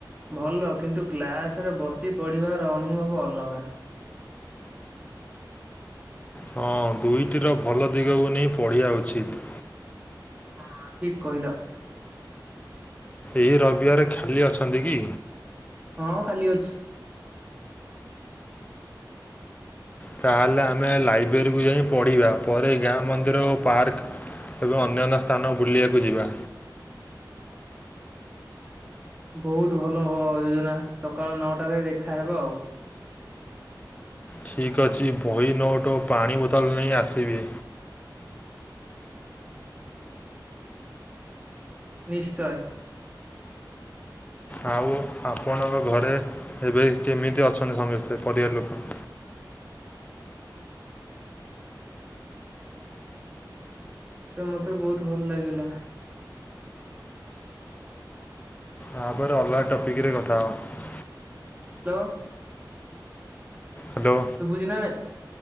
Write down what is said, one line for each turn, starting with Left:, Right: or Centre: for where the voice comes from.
Right: ଭଲ କିନ୍ତୁ କ୍ଲାସ ରେ ବସି ପଢିବାର ଅନୁଭବ ଅଲଗା।
Left: ହଁ ଦୁଇଟିର ଭଲ ଦିଗକୁ ନେଇ ପଢ଼ିବା ଉଚିତ୍।
Right: ହଁ ଠିକ କହିଲ।
Left: ଏଇ ରବିବାର ଖାଲି ଅଛନ୍ତି କି।
Right: ହଁ ଖାଲି ଅଛି।
Left: ତାହେଲେ ଆମେ ଲାଇବ୍ରେରୀକୁ ଯାଇ ପଢ଼ିବା ପରେ ଗାଁ ମନ୍ଦିର ଓ ପାର୍କ। ତେବେ ଅନ୍ୟାନ୍ୟ ସ୍ଥାନ ବୁଲିବାକୁ ଯିବା।
Right: ବହୁତ ଭଲ ହ ଯୋଜନା ସକାଳ ନଅଟାରେ ଦେଖାହବ ଆଉ।
Left: ଠିକ୍ ଅଛି ବହି ନୋଟୋ ପାଣି ବୋତଲ ନେଇ ଆସିବି।
Right: ନିଶ୍ଚୟ।
Left: ଆଉ ଆପଣଙ୍କ ଘରେ ଏବେ କେମିତି ଅଛନ୍ତି ସମସ୍ତେ ପରିବାର ଲୋକ।
Right: ସେ ମତେ ବହୁତ ଭଲ ଲାଗିଲା।
Left: ଆ ପରେ ଅଲଗା ଟପିକରେ କଥା ହବା।
Right: ହ୍ୟାଲୋ।
Left: ହ୍ୟାଲୋ।
Right: ସୁବୁଝି ନା ନାଇ।